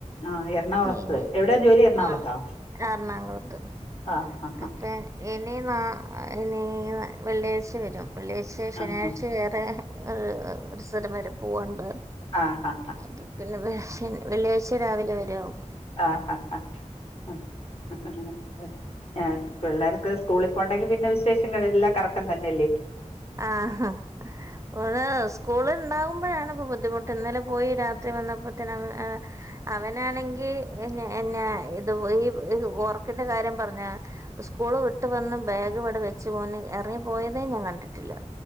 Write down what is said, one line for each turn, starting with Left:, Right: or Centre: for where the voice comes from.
Left: ആ എറണാകുളത്ത്
Right: നീങ്ങി
Left: എവിടാ ജോലി എറണാകുളത്തോ
Right: ആ എറണാകുളത്ത്
Left: ആ ആ ആ
Right: അപ്പൊ ഇനി ന ഇനി വെള്ളിയാഴ് ച്ച വരും വെള്ളിയാഴ്ച ശനിയാഴ്ച
Left: ആ
Right: വേറെ ഒരു ഒരു സ്ഥലം വരെ പൂവാൻണ്ട്
Left: ആ ആ
Right: അപ്പ പിന്നെ വെള്ളിയാഴ്ച രാവിലെ വരാവും
Left: ആ ആ <unintelligible> ആ പിള്ളേർക്ക് സ്കൂളിൽ പോണ്ടെങ്കി പിന്നെ വിശേഷങ്ങെല്ലാം കറക്കം തന്നെയല്ലേ
Right: ആഹ ഓരെ സ് സ്കൂള് ഉണ്ടാകുമ്പോഴാണ് ഇപ്പോ ബുദ്ധിമുട്ട് ഇന്നലെ പോയി രാത്രി വന്നപ്പോത്തിന് അവൻ അവനാണെങ്കിൽ എന്ന ഇത് ഈ ഒർക്കിന്റെ കാര്യം പറഞ്ഞ സ്കൂള് വിട്ട് വന്ന് ബാഗ് ഇവ്ടെ വെച്ച് ഓൻ ഇറങ്ങിപ്പോയതേ ഞാൻ കണ്ടിട്ട് ട്ടില്ല